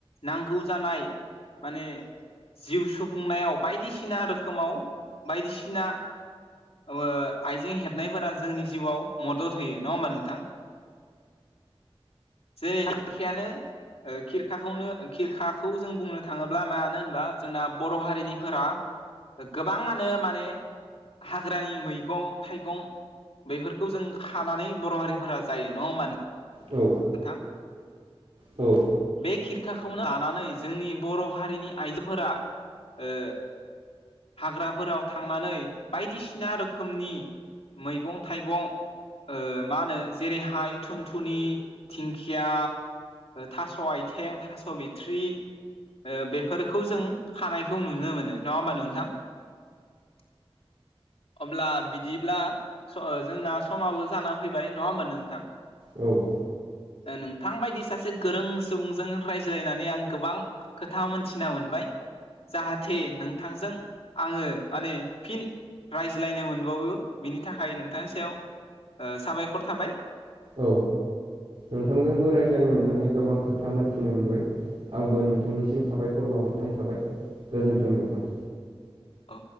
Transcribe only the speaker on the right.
औ
औ
औ
औ नोंथांजोंबो रायज्लायनो मोननानै गोबां खोथा मोन्थिनो मोनबाय आंबो नोंथांनिसिम साबायखर बावाहरनानै थाबाय गोजोन्थों नोंथां